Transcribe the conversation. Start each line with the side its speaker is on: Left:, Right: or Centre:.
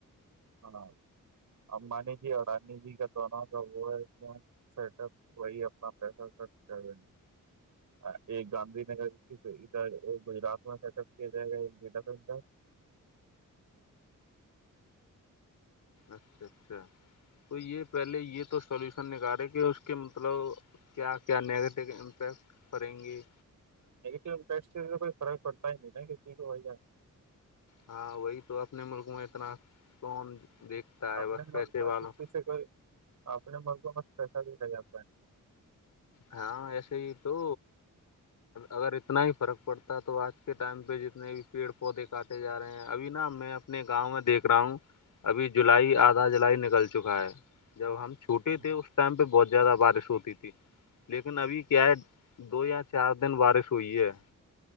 Right: ہاں امبانی جی ارانی جی کا دونوں کا وہ ہے اس سٹ اپ وہی اپنا پیسہ خرچ کر رہے ہیں ایک گاندھی نگر ادھر گجرات میں سیٹ اپ کیا جائے گا ایک ڈیٹا سٹر
Left: اچھا اچھا تو یہ پہلے یہ تو سلیوشن نکالارے کہ اس کے مطلب کیا کیا نگیٹیو امپیکٹ پڑیں گی
Right: گیویکئی فرق پڑتا ہی نہیں ہےا کسی کو وہی ہے
Left: ہاں وہی تو اپنے ملک میں اتنا کون دیکھتا ہے
Right: اپنے
Left: بس
Right: ملک
Left: پیسے
Right: کا
Left: والوں
Right: کسی سے ک <unintelligible> اپنے مردوں مس پیسہ بھیے لے جاتا ہے
Left: ہاں ایسے ہی تو اگر اتنا ہی فرق پڑتا ہے تو آج کے ٹائم پہ جتنے بھی پیڑ پودے کاٹے جا رہے ہیں ابھی نا میں اپنے گاؤں میں دیکھ رہا ہوں ابھی جولائی آدھا جولائی نکل چکا ہے جب ہم چ ٹوٹے
Right: ہے
Left: تھے اس ٹائم پہ بہت زیادہ بارش ہوتی تھی لیکن ابھی کیا ہے دو یا چار دن بارش ہوئی ہے